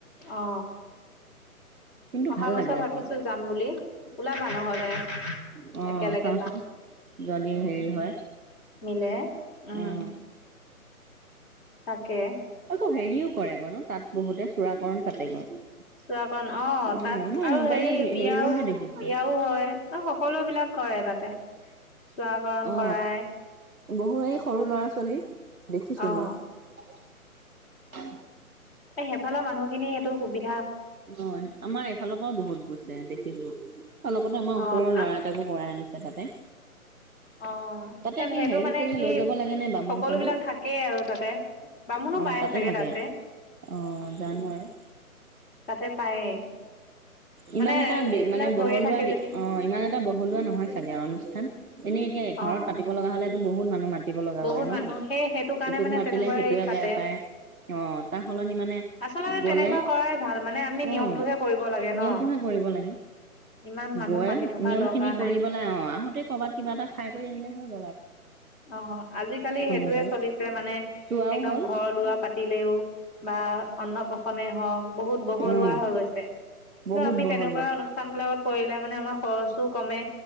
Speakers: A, on the left; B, in the centre.
A: অ
B: কিন্তু
A: অহা
B: ভাল
A: বছৰ
B: লাগে
A: ভাবিছো
B: আকৌ।
A: যাম বুলি। ওলাবা নহ'লে
B: অ'-অ'
A: একেলগে
B: চাওচোন
A: যাম
B: যদি হেৰি হয়
A: মিলে, উম।
B: অ
A: তাকে
B: আকৌ হেৰিও কৰে গৈ ন তাত বহুতে চূড়াকৰণ পাতেগৈ।
A: চূড়াকৰন অ'
B: উম
A: তাত
B: মই
A: আৰু
B: মোবাইলত
A: হেৰি বিয়াও
B: হেৰিবোৰহে দেখিছো
A: বিয়াও হয় সকলো বিলাক কৰে তাতে চূড়া কৰণ
B: অ
A: কৰায়।
B: বহু এই সৰু ল'ৰা ছোৱালী দেখিছো
A: অ
B: মই।
A: এই সেইফালৰ মানুহ খিনি সেইটো সুবি
B: হয় আমাৰ এইফালৰ পৰাও বহুত গৈছে দেখিছো। অলপতে আমাৰ ওচৰৰ
A: অ'
B: ল'ৰা
A: আ
B: এটাকো কৰাই আনিছে তাতে।
A: অ',
B: তাতে
A: তাত
B: কি
A: সেইটো
B: হেৰি
A: মানে
B: চেৰি
A: কি
B: লৈ যাব লাগে নে বামুণ
A: সকলো
B: চামুণ
A: বিলাক থাকেই আৰু তাতে। বামুনো
B: অ
A: পায় চাগে
B: থাকে
A: তাতে।
B: অ 'জানো আৰু
A: তাতে পায়েই
B: ইমান
A: মানে
B: এটা দি
A: এইবিলাক
B: মানে
A: হৈয়ে
B: বহলুৱা
A: থাকে
B: দি
A: যেতিয়া
B: অ ইমান এটা বহলুৱা নহয় চাগে আৰু। ান এনে এতিয়া এঘৰত
A: অ অ
B: পাতিব লগা হলেতটো বহুত মানুহ মাতি মাতিব লগা
A: বহুত
B: হয় ন
A: মানুহ সেই সেইটো কাৰণে
B: ইটোক
A: মানে
B: মাতিলে
A: তেনেকুৱা
B: সিটোৱে
A: হেৰিত পাতে
B: বেয়া পায়। অ তাৰ সলনি মানে
A: আচলতে
B: গলে
A: তেনেকুৱা কৰাই ভাল মানে আমি নিয়মটোহে
B: অ'
A: কৰিব লাগে
B: নিয়মটোহে
A: ন
B: কৰিব লাগে
A: ইমান মানুহ
B: গৈ
A: মাতি থকা
B: নিয়ম
A: দৰকাৰ
B: খিনি
A: নাই
B: কৰি পেলাই অ আহোতে কৰবাত কিবা এটা খাই কৰি আনিলে হল।
A: অ আজিকালি সেইটোয়ে
B: লৈ গ'লে
A: চলিছে মানে
B: চোৱাও
A: একদম
B: হ'ল
A: ঘৰ লোৱা পাতিলেও বা অন্ন প্ৰসন্ন নে হওক বহুত বহলুৱা
B: উম
A: হৈ গৈছে কিন্তু
B: বহুত
A: আমি
B: বহল
A: তেনেকুৱা
B: লোৱা।
A: অনুষ্ঠান বিলাকত কৰিলে মানে আমাৰ খৰচো কমে